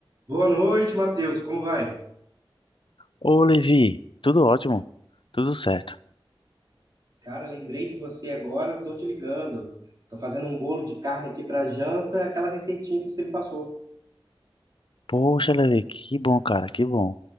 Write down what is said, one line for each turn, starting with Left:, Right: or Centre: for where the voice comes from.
Right: Boa noite, Matheus. Como vai?
Left: Ô, Levi, tudo ótimo, tudo certo.
Right: Cara, lembrei de você agora, tô te ligando. Tô fazendo um bolo de carne aqui para janta, aquela receitinha que você me passou.
Left: Poxa, Levi, que bom, cara, que bom.